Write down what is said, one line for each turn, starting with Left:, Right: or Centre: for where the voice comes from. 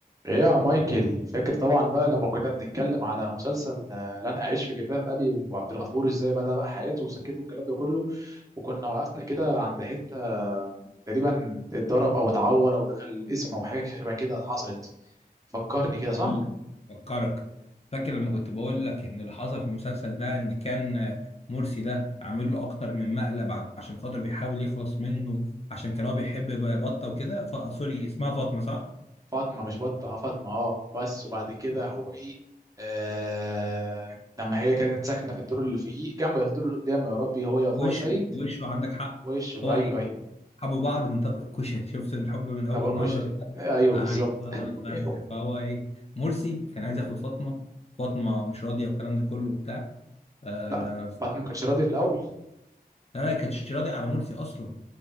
Right: ايه يا مايكل فاكر طبعا بقى لما كنا بنتكلم على مسلسل آه، لن اعيش في جلباب ابي وعبد الغفور ازاي بدأ بقى حياته وسكته والكلام ده كله وكنا وقفنا كده عند حته آه، تقريبا اتضرب او اتعور او دخل القسم او حاجه شبه كده حصلت فكرني كده
Left: هقول
Right: صح
Left: لك فكرك فاكر لما كنت بقول لك ان اللي حصل في المسلسل ده ان كان مرسي ده عامل له اكتر من مقلب عشان خاطر بيحاول يخلص منه عشان كان هو بيحب بطه وكده ف- سوري اسمها فاطمه صح؟
Right: فاطمه مش بطه آه، فاطمه اه بس وبعد كده هو ايه آه لما هي كانت ساكنه في الدور اللي فوقيه جنب الدور اللي قدامه يا ربي هو يا اخوها
Left: وشه
Right: سيد
Left: وشه عندك حق
Right: وش ايوه
Left: هو ايه
Right: ايوه
Left: حبوا بعض من طبق الكشري شفت الحب من اول
Right: طبق
Left: نظر
Right: كشري ايوه
Left: ايوه
Right: بالظبط <laughs>
Left: بس فهو ايه مرسي كان عايز ياخد فاطمه فاطمه مش راضيه والكلام ده كله وبتاع آه
Right: لا
Left: ف-
Right: باتمان ما كانش راضي في الاول
Left: لا لا كانتش راضيه على مرسي اصلا